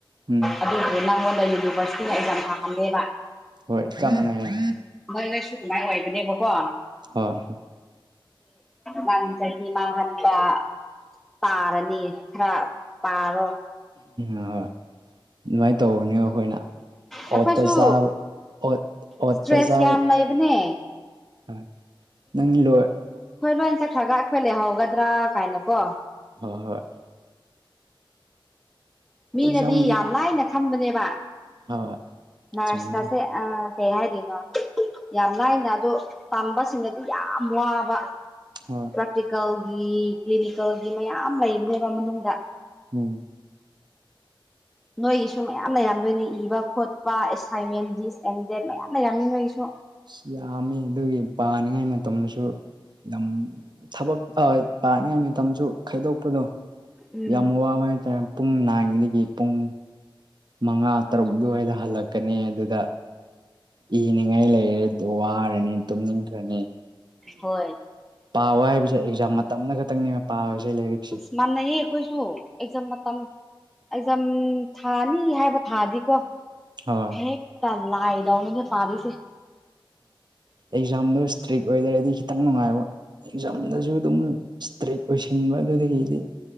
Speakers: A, on the right; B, in the centre.
A: ꯎꯝ
B: ꯑꯗꯨꯁꯨ ꯅꯪꯉꯣꯟꯗ ꯌꯨꯅꯤꯚꯔꯁꯤꯇꯤꯅ ꯑꯦꯛꯖꯥꯝ ꯊꯥꯍꯟꯂꯦꯕ
A: ꯍꯣꯏ ꯆꯞ ꯃꯥꯟꯅꯩ
B: ꯅꯣꯏ ꯅꯣꯏꯁꯨ ꯑꯗꯨꯃꯥꯏꯅ ꯑꯣꯏꯕꯅꯦꯕꯀꯣ
A: ꯍꯣꯏ ꯍꯣꯏ
B: ꯃꯥꯡ ꯆ ꯃꯥ ꯍꯜꯄꯥ <inaudible> ꯇꯥꯔꯅꯤ ꯈꯔ ꯄꯥꯔꯣ
A: ꯑ ꯍꯣꯏ ꯑꯗꯨꯃꯥꯏꯅ ꯇꯧꯕꯅꯦꯕ ꯑꯩꯈꯣꯏꯅ
B: ꯑꯩꯈꯣꯏꯁꯨ
A: ꯑꯣꯠꯇ ꯁꯥꯕ ꯑꯣ ꯑꯣꯠꯇ
B: ꯏꯁꯇ꯭ꯔꯦꯁ
A: ꯁꯥꯕ
B: ꯌꯥꯝ ꯂꯩꯕꯅꯦ
A: ꯍ ꯅꯪ ꯂꯣꯏ
B: ꯍꯣꯏ ꯂꯣꯏ ꯆꯠꯈ꯭ꯔꯒ ꯑꯩꯈꯣꯏ ꯂꯩꯍꯧꯒꯗ꯭ꯔꯥ ꯀꯥꯏꯅ ꯀꯣ
A: ꯍꯣꯏ ꯍꯣꯏ
B: ꯃꯤꯅꯗꯤ
A: ꯑꯦꯛꯖꯥꯝ
B: ꯌꯥꯝ ꯂꯥꯏꯅ ꯈꯟꯕꯅꯦꯕ
A: ꯍꯣꯏ
B: ꯅꯔꯁꯀꯁꯦ
A: ꯆꯨꯝꯃꯤ
B: ꯑ ꯁꯦ ꯍꯥꯏꯗꯅꯣ ꯌꯥꯝ ꯂꯥꯏꯅ ꯑꯗꯣ ꯇꯥꯝꯕꯁꯤꯡꯅꯗꯤ ꯌꯥꯝ ꯋꯥꯕ
A: ꯍꯣꯏ
B: ꯄꯔꯇꯤꯀꯜꯒꯤ ꯀ꯭ꯂꯤꯅꯤꯀꯦꯜꯒꯤ ꯃꯌꯥꯝ ꯂꯩꯕꯅꯦꯕ ꯃꯅꯨꯡꯗ
A: ꯎꯝ
B: ꯅꯣꯏꯒꯤꯁꯨ ꯃꯌꯥꯝ ꯂꯩꯔꯝꯗꯣꯏꯅꯦ ꯏꯕ ꯈꯣꯠꯄ ꯑꯦꯁꯥꯏꯟꯃꯦꯟ ꯗꯤꯁ ꯑꯦꯟ ꯗꯦꯠ ꯃꯌꯥꯝ ꯂꯩꯔꯝꯅꯤ ꯅꯣꯏꯒꯤꯁꯨ
A: ꯑꯁ ꯌꯥꯝꯃꯤ ꯑꯗꯨꯒꯤ ꯄꯥꯅꯤꯡꯉꯥꯏ ꯃꯇꯝꯗꯁꯨ ꯑꯗꯨ ꯊꯕꯛ ꯄꯥꯅꯤꯉꯥꯏ ꯃꯇꯝꯁꯨ ꯈꯥꯏꯗꯣꯛꯄꯗꯣ
B: ꯎꯝ
A: ꯌꯥꯝ ꯋꯥꯕꯦ ꯍꯥꯏꯇꯥꯔꯦ ꯄꯨꯡ ꯅꯥꯏꯗꯒꯤ ꯄꯨꯡ ꯃꯉꯥ ꯇꯔꯨꯛ ꯑꯗꯨꯋꯥꯏꯗ ꯍꯜꯂꯛꯀꯅꯤ ꯑꯗꯨꯗ ꯏꯅꯤꯡꯉꯥꯏ ꯂꯩꯔꯦ ꯋꯥꯔꯅꯤ ꯇꯨꯝꯅꯤꯡꯈ꯭ꯔꯅꯤ
B: ꯍꯣꯏ
A: ꯄꯥꯕ ꯍꯥꯏꯕꯁꯦ ꯑꯦꯛꯖꯥꯝ ꯃꯇꯝ ꯑꯃ ꯈꯛꯇꯪꯅꯤ ꯄꯥꯁꯦ ꯂꯩꯔꯤꯛ
B: ꯑꯁ ꯃꯥꯟꯅꯩꯌꯦ ꯑꯩꯈꯣꯏꯁꯨ ꯑꯦꯛꯖꯥꯝ ꯃꯇꯝ ꯑꯦꯛꯖꯥꯝ ꯊꯥꯅꯤ ꯍꯥꯏꯕ ꯊꯥꯗꯤꯀꯣ
A: ꯍ
B: ꯍꯦꯛꯇ ꯂꯥꯏꯗꯦ ꯄꯥꯕꯤꯁꯦ
A: ꯑꯦꯛꯖꯥꯝꯗꯣ ꯏꯁꯇ꯭ꯔꯤꯛ ꯑꯣꯏꯗꯔꯗꯤ ꯈꯤꯇꯪ ꯅꯨꯡꯉꯥꯏꯕ ꯑꯦꯛꯖꯥꯝꯗꯁꯨ ꯑꯗꯨꯝ ꯏꯁꯇ꯭ꯔꯤꯛ ꯑꯣꯏꯁꯤꯟꯕ ꯑꯗꯨꯗꯒꯤꯗꯤ